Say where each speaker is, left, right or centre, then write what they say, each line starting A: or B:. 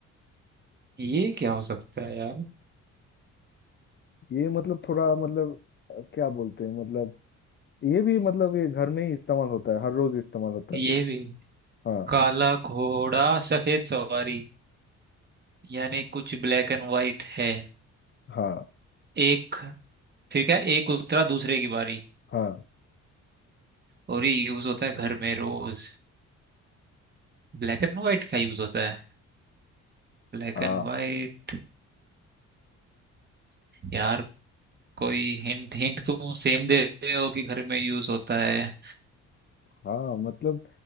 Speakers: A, on the right; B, on the left.
A: ये क्या हो सकता है यार
B: ये मतलब थोड़ा मतलब अ, क्या बोलते हैं मतलब ये भी मतलब ये घर में ही इस्तेमाल होता है हर रोज इस्तेमाल होता
A: ये
B: है
A: भी
B: हाँ
A: काला घोड़ा सफेद सवारी यानी कुछ ब्लैक एंड वाइट है
B: हाँ
A: एक फिर क्या एक उतरा दूसरे की बारी
B: हाँ
A: और ये यूज होता है घर में रोज ब्लैक एंड वाइट क्या यूज होता है Black
B: हाँ
A: and white यार कोई हिंट हिंट तुम सेम दे रहे हो कि घर में यूज होता है
B: हाँ मतलब